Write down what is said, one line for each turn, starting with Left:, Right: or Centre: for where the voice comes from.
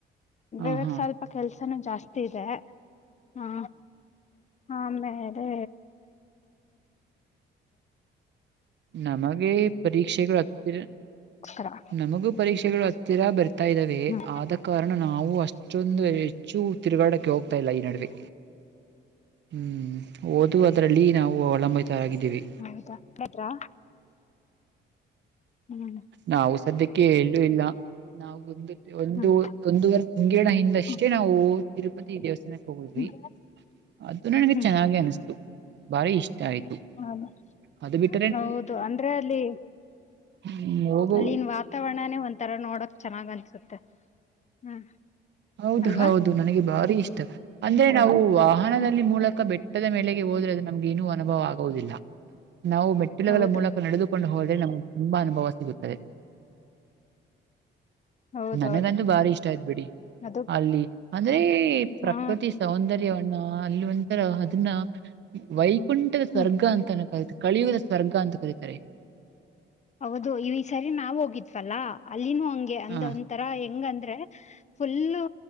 Right: ಹಾ
Left: ಇವಾಗ
Right: ಹಾ
Left: ಸ್ವಲ್ಪ ಕೆಲ್ಸನೂ ಜಾಸ್ತಿ ಇದೆ ಹಾ ಹ ಆಮೇ
Right: ನಮಗೆ ಪರೀಕ್ಷೆಗಳು ಹತ್ತ
Left: ಸ್ರಾ
Right: ನಮಗೂ ಪರೀಕ್ಷೆಗಳು ಹತ್ತಿರ ಬರ್ತಾ ಇದ್ದಾವೆ
Left: ಹ್ಮ್
Right: ಆದ ಕಾರಣ ನಾವು ಅಷ್ಟೊಂದು ಹೆಚ್ಚು ತಿರುಗಾಡಕ್ಕೆ ಹೋಗ್ತಾ ಇಲ್ಲ ಈ ನಡುವೆ ಹ್ಮ್ ಓದು ಅದರಲ್ಲಿ ನಾವು ಅವಲಂಬಿತರಗಿದ್ದೀವಿ
Left: ಹೌದಾ ಹೇಳಿದ್ರಾ ಹ್ಮ್
Right: ನಾವು ಸದ್ಯಕ್ಕೆ ಹೇಳೂ ಇಲ್ಲ ನಾವು ಒಂದು ಒಂದು
Left: ಹ್ಮ್
Right: ಒಂದವರೆ ತಿಂಗಡ ಹಿಂದಷ್ಟೇ
Left: ಹ್ಮ್
Right: ನಾವು ತಿರುಪತಿ ದೇವಸ್ಥಾನಕ್ಕೆ ಹೋಗಿದ್ವಿ
Left: ಹ್ಮ್
Right: ಅದು ನನಗೆ
Left: ಹ್ಮ್
Right: ಚೆನ್ನಾಗಿ ಅನಿಸ್ತು ಬಾರಿ ಇಷ್ಟ ಆಯತು
Left: ಹೌದ
Right: ಅದು ಬಿಟ್ಟು
Left: ಹೌದು ಅಂದ್ರೆ ಅಲ್ಲಿ
Right: ಹ್ಮ್ ಹೋಗು
Left: ಅಲ್ಲಿನ್ ವಾತ ಚಾವಣನೇ ಒಂಂತರ ನೋಡಕ್ ಚೆನ್ನಾಗ್ ಅನ್ಸುತ್ತೆ ಹ್ಮ್
Right: ಹೌದು
Left: ಅಲ್ವಾ
Right: ಹೌದು ನನಗೆ ಭಾರಿ ಇಷ್ಟ ಅಂದ್ರೆ ನಾವು ವಾಹನದಲ್ಲಿ
Left: ಹ್ಮ್
Right: ಮೂಲಕ ಬೆಟ್ಟ ಪಟ್ಟದ ಮೇಲೆಗೆ ಹೋದ್ರೆ ಅದು ನಮಗೆ ಏನೂ ಅನುಭವ ಆಗುವುದಿಲ್ಲ ನಾವು ಮೆಟ್ಟಿಲುಗಳ
Left: ಹೌದು
Right: ಮೂಲಕ ನಡೆದು ಕಕೊಂಡು ಹೋದ್ರೆ ನಮ್ಗೆ ತುಂಬಾ ಅನುಭವ ಸಿಗುತ್ತದೆ
Left: ಹೌದೌದು
Right: ನನಗಂತೂ ಬಾರಿ ಇಷ್ಟ ಆಯ್ ಬಿಡಿ
Left: ಅದು
Right: ಅಲ್ಲಿ ಅಂದ್ರೆ ಪ್ರಕೃತಿ
Left: ಹಾ
Right: ಸೌಂದರ್ಯವನ್ನು ಅಲ್ಲಿ ಒಂಥರ ಅದನ್ನ ವೈಕುಂಠದ ಸ್ವರ್ಗ
Left: ಹ್ಮ್
Right: ಅಂತನ ಕರಿೆ ಕಳಿಯುವುದ ಸ್ವರ್ಗ ಅಂತ ಸತಾರೆ
Left: ಹೌದು ಈ ಸರಿ ನಾವವು ಹೋಗಿತ್ವಲ್ಲಾ ಅಲ್ಲಿನೂ ಹಂಗೆ ಅಂದ
Right: ಹ
Left: ತರ ಹೆಂಗಂದ್ರೆ ಫುಲ್ಲು